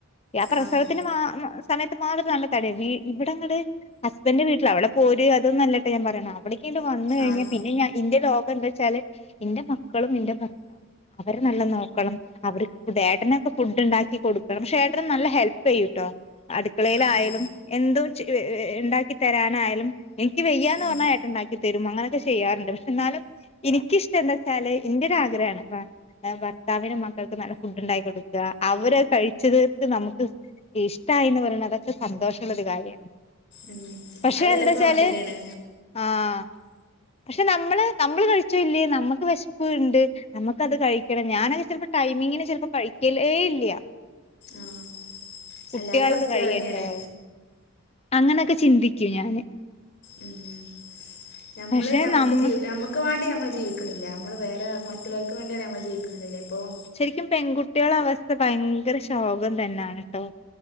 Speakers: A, on the left; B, on the left.
A: ആ പ്രസവത്തിന്
B: ആഹ്
A: മാ മാ സമയത്ത് മാത്രം നല്ല തടിയാ ഇവിടങ്ങട് ഹസ്ബന്റെ വീട്ടിൽ അവിടെ പോര് അതൊന്നല്ലട്ടാ ഞാൻ പറയണ അവിടേക്കണ്ട് വന്ന് കഴിഞ്ഞാ
B: ആഹ്
A: പിന്നെ ഞാൻ ഇൻ്റെ ലോകം എന്താച്ചാല് ന്റെ മക്കളും ന്റെ ഭർത്താവും അവരെ നല്ല നോക്കണം അവർക്ക് ഫുഡ് ഏട്ടനൊക്കെ ഫുഡ് ഉണ്ടാക്കി കൊടുക്കണം പക്ഷേ ഏട്ടന് നല്ല ഹെൽപ്പെയുട്ടോ അടുക്കളേലായാലും
B: ആഹ്
A: എന്തോ ചെ ഏ ഇണ്ടാക്കി തരാനായാലും എനിക്ക് വെയ്യാ ന്ന്
B: ഉം
A: പറഞ്ഞാ ഏട്ട ഇണ്ടാക്കി തരും അങ്ങനൊക്കെ ചെയ്യാറുണ്ട് പക്ഷെ എന്നാലും ഇനിക്കിഷ്ടം എന്താച്ചാല് ന്റെ ഒരാഗ്രഹാണ് ഏഹ് ഭർത്താവിനും മക്കൾക്കും നല്ല ഫുഡ് ഉണ്ടാക്കി കൊടുക്കുക അവര് കഴിച്ചതത്ത് നമുക്ക് ഇഷ്ടായിന്ന് പറയുന്ന അതൊക്കെ സന്തോഷൊള്ളൊരു കാര്യാണ്
B: ഉം
A: പക്ഷെ
B: അതെല്ലാർക്കും
A: എന്താച്ചാല്
B: അങ്ങനെ തന്നെയാണ്
A: ആഹ് പക്ഷെ നമ്മള് നമ്മള് കഴിച്ചോഇല്ലേ നമ്മുക്ക് വിശപ്പ് ഉണ്ട് നമുക്കത് കഴിക്കണം ഞാനെക്കെ ചെലപ്പോ ടൈമിങ്ങിന് ചെല പ്പൊ കഴിക്കലേ ഇല്ല
B: ആഹ്
A: കുട്ടികളത്
B: എല്ലാരേം അവസ്ഥയും
A: കഴിയട്ടെ
B: അതന്നെയാണ്
A: അങ്ങനെയൊക്കെ ചിന്തിക്കും ഞാന്
B: ഉം ഉം ഞമ്മള്
A: പക്ഷെ
B: ഞമ്മക്ക്
A: നമ്മ
B: ജീവി ഞമ്മക്ക് വേണ്ടി ഞമ്മള് ജീവിക്കണില്ല നമ്മള് വേറെ ആ മറ്റുള്ളവർക്ക് വണ്ടിയാണ് നമ്മൾ ജീവിക്കുന്നത് ലേ പ്പോം
A: ശരിക്കും പെൺകുട്ട്യാള അവസ്ഥ ഭയങ്കര ശോകം തന്നെണ് ട്ടോ